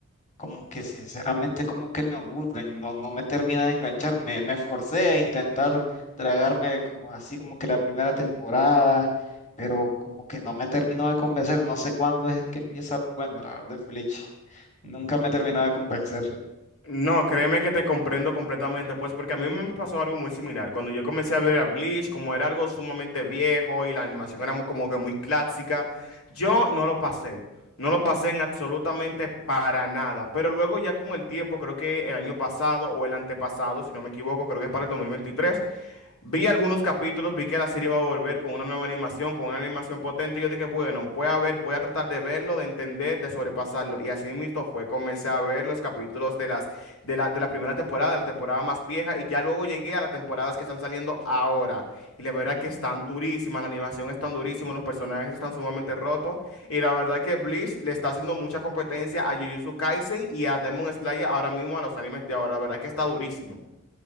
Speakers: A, on the left (about 35°); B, on the left (about 75°).
A: como que sinceramente como que me aburren, no, no me termina de enganchar, me, me forcé a intentar tragarme como así como que la primera temporada, pero como que no me terminó de convencer, no sé cuándo es que empieza lo bueno, la verdad, Bleach, nunca me terminó de convencer.
B: No, créeme que te comprendo completamente, pues porque a mí me pasó algo muy similar. Cuando yo comencé a ver a Bleach, como era algo sumamente viejo y la animación era mu- como que muy clásica, yo no lo pasé. No lo pasé en absolutamente para nada. Pero luego ya con el tiempo, creo que el año pasado o el antepasado, si no me equivoco, creo que es para el 2023. Vi algunos capítulos, vi que la serie iba a volver con una nueva animación, con una animación potente, y yo dije, bueno, voy a ver, voy a tratar de verlo, de entender, de sobrepasarlo. Y así mismo fue, comencé a ver los capítulos de las, de la, de la primera temporada, de la temporada más vieja, y ya luego llegué a las temporadas que están saliendo ahora. Y la verdad que están durísimas, la animación es tan durísima, los personajes están sumamente rotos, y la verdad que Bleach le está haciendo mucha competencia a Jujutsu Kaisen y a Demon Slayer ahora mismo a los animes de ahora, la verdad que está durísimo.